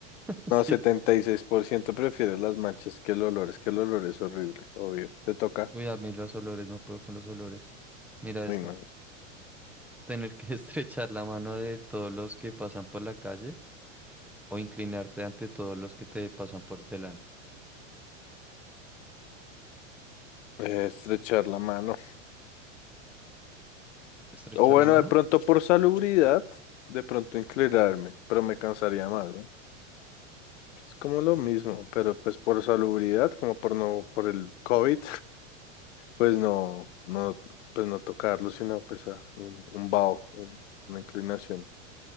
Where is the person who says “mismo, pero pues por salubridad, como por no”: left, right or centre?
Left